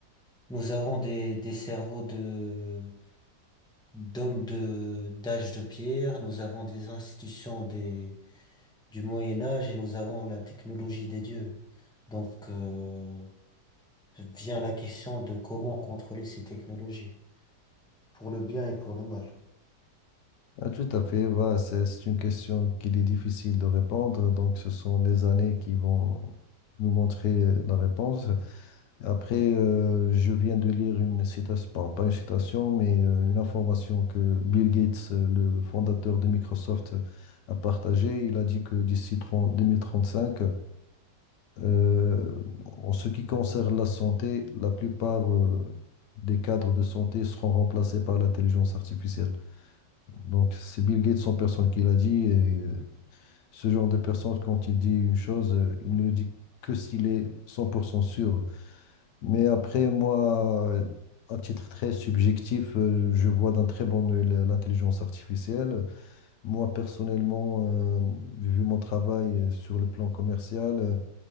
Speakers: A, in the centre; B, on the left (about 75°).
A: Nous avons des, des cerveaux de, d'hommes de, d'âge de pierre, nous avons des institutions des, du Moyen Âge et nous avons la technologie des dieux. Donc, euh, vient la question de comment contrôler ces technologies, pour le bien et pour le mal.
B: Ah, tout à fait, voilà, c'est c'est une question qu'il est difficile de répondre, donc ce sont les années qui vont nous montrer euh, la réponse. Après, euh, je viens de lire une citation, bon, pas une citation, mais euh, une information que Bill Gates, euh, le fondateur de Microsoft, a partagée. Il a dit que d'ici 30 2035, euh, en ce qui concerne la santé, la plupart euh, des cadres de santé seront remplacés par l'intelligence artificielle. Donc, c'est Bill Gates en personne qui l'a dit. Et ce genre de personne, quand il dit une chose, euh, il ne le dit que s'il est 100% sûr. Mais après, moi, euh, à titre très subjectif, euh, je vois d'un très bon œil la- l'intelligence artificielle. Moi, personnellement, euh, vu mon travail euh, sur le plan commercial, euh,